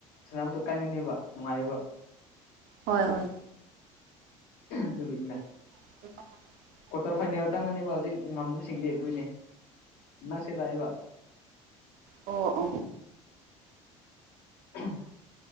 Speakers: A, on the left; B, on the right.
A: ꯁꯥꯟꯅꯕꯗꯣ ꯀꯟꯒꯅꯤꯕ ꯅꯨꯡꯉꯥꯏ ꯌꯦꯕ
B: ꯍꯣꯏ ꯍꯣꯏ
A: ꯑꯗꯨꯒꯤꯅꯤꯗ
B: <unintelligible>
A: ꯀ꯭ꯋꯥꯇꯔ ꯐꯥꯏꯅꯦꯜ ꯆꯪꯉꯅꯤꯕ ꯍꯧꯖꯤꯛ ꯉꯝꯕꯁꯤꯡꯗꯤ ꯑꯗꯨꯒꯤꯅꯦ ꯅꯛꯁꯤꯜ ꯂꯛꯏꯕ
B: ꯑꯣ ꯑꯣ
A: ꯎꯍꯝ